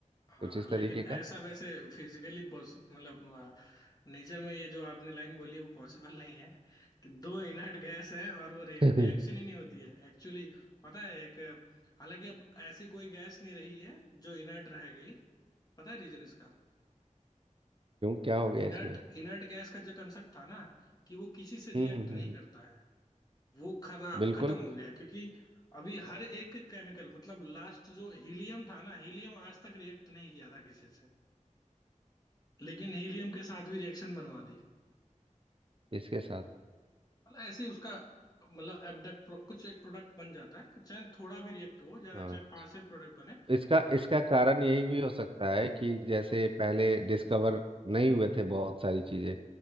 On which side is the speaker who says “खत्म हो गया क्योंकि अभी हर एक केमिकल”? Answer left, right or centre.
Left